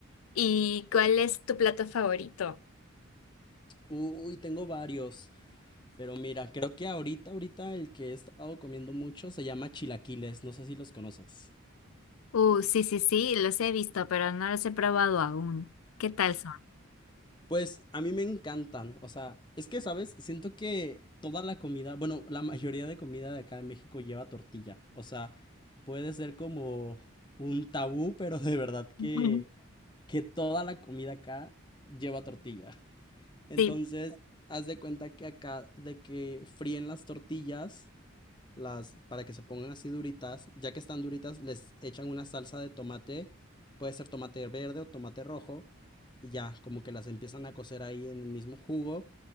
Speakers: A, on the left (about 85°); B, on the left (about 20°).
A: ¿Y cuál es tu plato favorito?
B: Uy, tengo varios. Pero mira, creo que ahorita, ahorita el que he estado comiendo mucho se llama chilaquiles. No sé si los conoces.
A: Uh, sí, sí, sí, los he visto, pero no los he probado aún. ¿Qué tal son?
B: Pues a mí me encantan, o sea, es que, ¿sabes? Siento que toda la comida, bueno, la mayoría de comida de acá de México lleva tortilla, o sea, puede ser como un tabú, <laughs> pero de verdad que,
A: Ujú.
B: que toda la comida acá lleva tortilla. Entonces,
A: Sí.
B: haz de cuenta que acá de que fríen las tortillas las, para que se pongan así duritas, ya que están duritas, les echan una salsa de tomate, puede ser tomate verde o tomate rojo, y ya, como que las empiezan a cocer ahí en el mismo jugo,